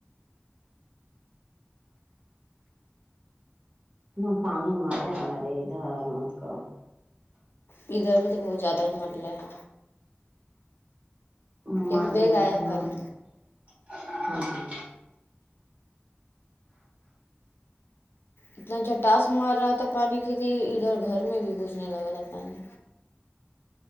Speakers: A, on the right; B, on the left.
A: نہ پانی مارلے آ نارے مت کو
B: ادھر بھی تو بہت جیادہ ہی مرلے ہے
A: م ما
B: ایک بیگ
A: د
B: آیا
A: کے
B: ہے
A: ہاں
B: پانی
A: <unintelligible>
B: اتنا جٹاس مار رہا تھا پانی کی تھی ادھر گھر میں بھی گھسنے لگا تھا پانی